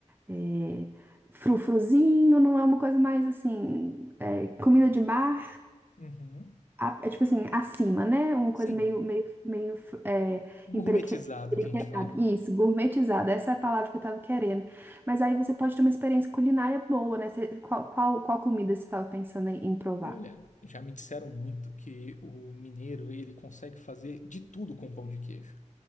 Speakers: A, on the right (about 15°); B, on the left (about 70°).
A: é, frufruzinho, não é uma coisa mais assim, é, comida de bar,
B: Uhum.
A: a- é tipo assim, acima, né? Uma
B: Sim,
A: coisa meio, meio, meio é,
B: gourmetizado
A: empereque- emperequetada.
B: que a gente fala.
A: Isso, gourmetizada, essa é a palavra que eu tava querendo. Mas aí você pode ter uma experiência culinária boa, né? Você- qual, qual, qual comida você tava pensando em em provar?
B: Olha, já me disseram muito que o mineiro ele consegue fazer de tudo com pão de queijo.